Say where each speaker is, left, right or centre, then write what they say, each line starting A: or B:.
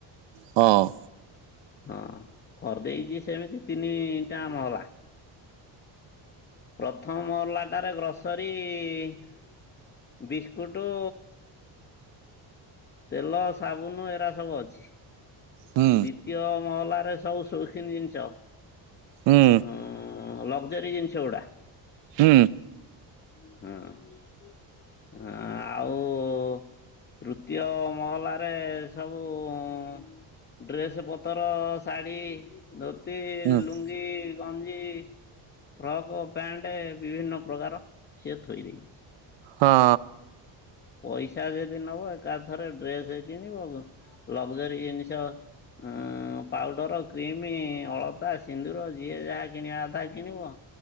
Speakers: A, on the right; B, on the left.
A: ହଁ।
B: ହଁ କରିଦେଇଛି ସେମିତି ତିନିଟା ମହଲା। ପ୍ରଥମ ମହଲାଟାରେ ଗ୍ରସ୍ ଗ୍ରୋସରି ଇ ବିସ୍କୁଟ ତେଲ ସାବୁନ ଏରା ସବୁ ଅଛି
A: ହୁଁ
B: ଦ୍ଵିତୀୟ ମହଲାରେ ସବୁ ସୁ ସୌକୁନି ଜିନିଷ ଉଁ
A: ହୁଁ
B: ଲକ୍ଜରୀ ଜିନିଷ ଗୁଡା।
A: ହୁଁ।
B: ହଁ ହ ଆଉ ଦ୍ୱିତୀୟ ମହଲାରେ ସବୁ ଡ୍ରେସ ପତର ଶାଢ଼ୀ, ଧୋତି,
A: ହୁଁ
B: ଲୁଙ୍ଗି, ଗଞ୍ଜି ଫ୍ରକ୍ ପ୍ୟାଣ୍ଟ ବିଭିନ୍ନ ପ୍ରକାର ସିଏ ଥୋଇ ଦେଇଛି।
A: ହଁ।
B: ପଇସା ଯଦି ନବ ଏକା ଥରେ ଡ୍ରେସ କିଣିବ ଲକ୍ଜରୀ ଜିନିଷ ଅଁ ପାଉଡର, କ୍ରିମି, ଅଳତା, ସିନ୍ଦୁର ଯିଏ ଯାହା କିଣିବା କଥା କିଣିବ।